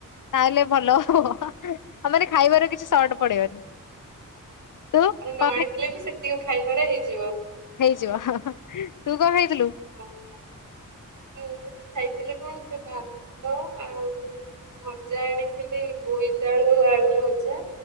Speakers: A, on the left; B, on the right.
A: ତାହେଲେ ଭଲ ଆଉ ମାନେ ଖାଇବାରେ କିଛି ସର୍ଟ ପଡିବନି ତୁ
B: ମାନେ ନ
A: କଣ
B: ଆଣିଥିଲେ
A: ଖାଇ
B: ବି ସେତିକି ଖାଇବାରେ ହେଇଯିବ
A: ହେଇଯିବ ହଁ-ହଁ ତୁ କଣ ଖାଇଥିଲୁ?
B: ଓହୋ। ମୁଁ ବି ଖାଇଥିଲି କଣ ସେ ଭାତ ଆଉ ଭଜା ଆଣିଥିଲି ବୋଇତାଳୁ ଆଳୁ ଭଜା